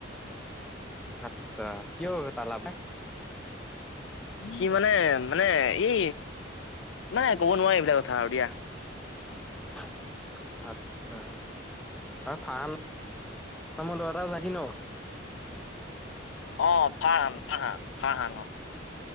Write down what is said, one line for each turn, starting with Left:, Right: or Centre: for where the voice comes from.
Centre: আচ্ছা কিয় তাৰ লাভ নাই
Left: কি মানে মানে এই মানে ক'ব নোৱাৰে এইবিলাক কথা আৰু দিয়া
Centre: আত আচ্ছা আৰু ফ্ৰান নাম লৰা এটা যাহি ন
Left: অ ফান ফান ফান অ